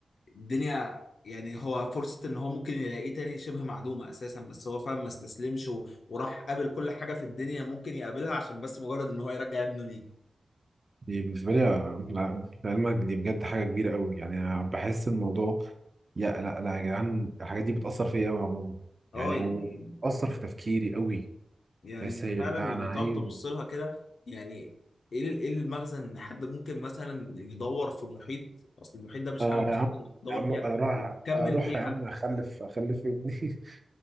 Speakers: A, on the left (about 80°); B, on the right (about 40°).
A: الدنيا يعني هو فرصة ان هو ممكن يلاقيه تاني شبه معدومة اساسا بس هو فاهم ما استسلمش و... وراح قابل كل حاجة في الدنيا ممكن يقابلها عشان بس مجرد ان هو يرجع ابنه ليه
B: دي بالنسبه لي آه، لا، لعلمك دي بجد حاجه كبيره قوي يعني انا بحس الموضوع يا لا لا يا جدعان الحاجات دي بتاثر فيا قوي عموما
A: اه
B: يعني
A: يعني
B: واثر في تفكيري قوي
A: يعني
B: بس
A: انت
B: هي
A: فعلا
B: لا
A: لما
B: انا
A: تقعد
B: عايز
A: تبص لها كده يعني ايه ال- ايه المغزى ان حد ممكن مثلا يدور في محيط اصل المحيط ده مش
B: انا
A: حاجة بسيطة
B: يا عم
A: انك تدور
B: يا عم
A: فيها
B: انا رايح
A: وتكمل
B: اروح
A: فيها
B: يا عم اخلف اخلف ابني <laughs>